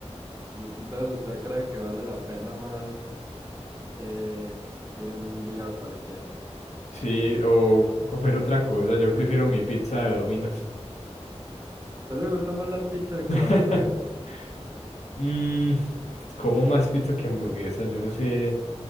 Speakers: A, on the right; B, on the left.
A: Yo Entonces, entonces, ¿usted cree que vale la pena más eh, ir en un día cualquiera? ¿A
B: Sí, o comer otra cosa, yo prefiero mi pizza de Domino's.
A: ¿Usted le gusta más la pizza que
B: <laughs>
A: la hamburguesa?
B: Mm, pues, como más pizza que hamburguesa, yo no sé